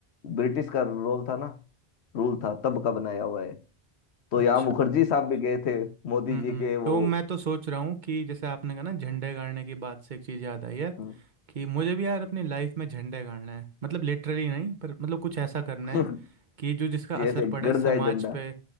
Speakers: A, on the left (about 85°); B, on the right (about 50°).
A: ब्रिटिश का रोल था ना रूल था तब का बनाया हुआ है तो
B: अच्छा
A: यहाँ मुखर्जी साहब भी गए थे मोदी
B: हम्म
A: जी
B: हम्म
A: के वो
B: तो मैं तो सोच रहा हूँ कि जैसे आपने कहा ना झंडे गाड़ने की बात से एक चीज़ याद आई है
A: <laughs>
B: कि मुझे भी यार अपनी लाइफ में झंडे गाड़ना है मतलब लिटरली नहीं पर मतलब कुछ ऐसा करना है
A: कि
B: कि जो जिसका असर
A: ऐसे
B: पड़े
A: गड़
B: समाज
A: जाए झंडा
B: पे